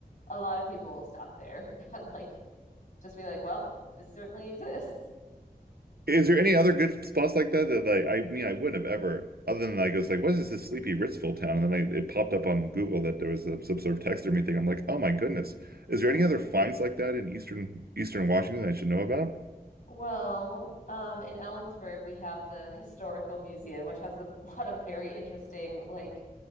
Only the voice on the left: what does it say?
A lot of people will stop there <laughs> and like just be like, well, this certainly exists.
Um,
well, um, in Ellensburg we have the historical museum, which has a <laughs> lot of very interesting like